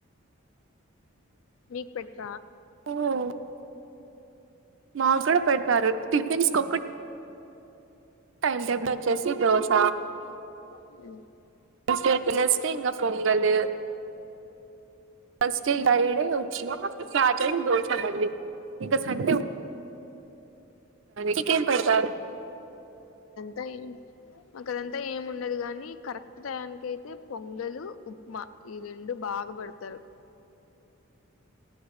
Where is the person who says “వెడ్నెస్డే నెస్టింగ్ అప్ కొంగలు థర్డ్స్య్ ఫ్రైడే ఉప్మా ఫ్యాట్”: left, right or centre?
Right